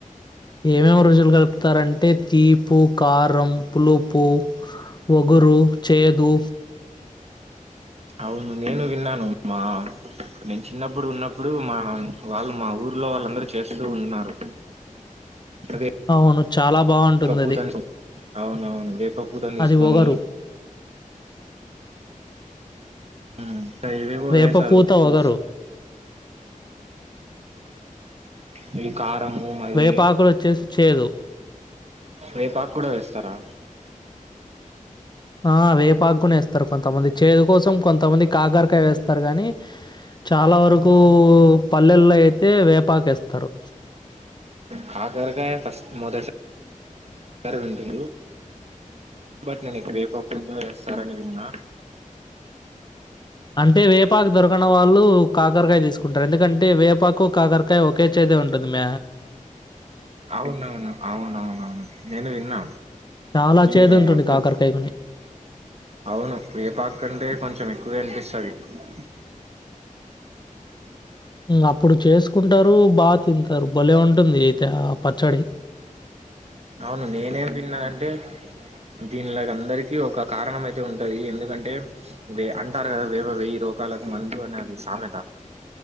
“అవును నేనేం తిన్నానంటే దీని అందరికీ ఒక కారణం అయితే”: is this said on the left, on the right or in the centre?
Right